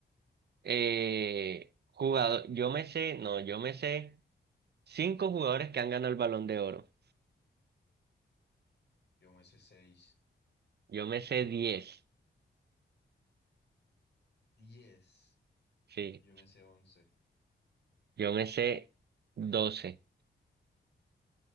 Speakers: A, on the right (about 60°); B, on the left (about 65°).
A: eh, jugador, yo me sé, no, yo me sé cinco jugadores que han ganado el Balón de Oro.
B: Yo me sé seis
A: Yo me sé diez,
B: diez
A: sí.
B: yo me sé once
A: Yo me sé doce.